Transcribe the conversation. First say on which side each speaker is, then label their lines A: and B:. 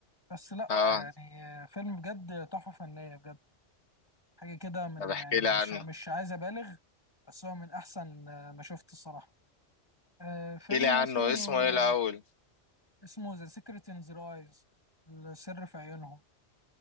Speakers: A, on the left; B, on the left.
A: بس لا
B: اه
A: يعني آه، فيلم بجد تحفه فنيه بجد حاجه كده من
B: طب احكي
A: يعني
B: لي
A: مش
B: عنه
A: مش عايز ابالغ بس هو من احسن آه، ما شفت الصراحه آه، فيلم
B: احكي لي عنه
A: اسمه
B: اسمه ايه
A: آه،
B: الاول؟
A: اسمه ذا سيكريت ان ذا ايز السر في عيونهم